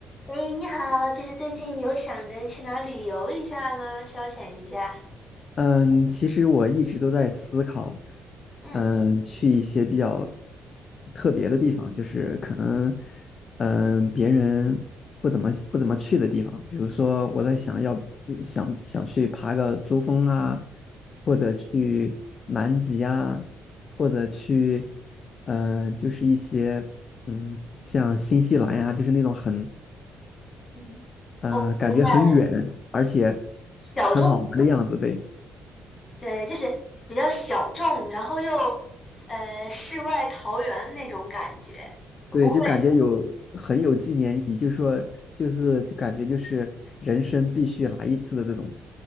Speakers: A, on the left; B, on the left.
A: 哎，你好，就是最近有想着去哪儿旅游一下吗？消遣一下。
B: 嗯，其实我一直都在思考，
A: 嗯，
B: 嗯，去一些比较特别的地方，就是可能，嗯，别人不怎么不怎么去的地方，比如说我在想要呃想想去爬个珠峰啊，或者去南极啊，或者去，呃，就是一些，嗯，像新西兰呀、就是那种很，
A: 嗯，
B: 嗯，
A: 我明白了，
B: 感觉很远，而且
A: 小众，
B: 很好玩的样子，对。
A: 对，就是比较小众，然后又呃世外桃源那种感觉，不会，
B: 对，就感觉有很有纪念意义，就说就是就感觉就是人生必须来一次的这种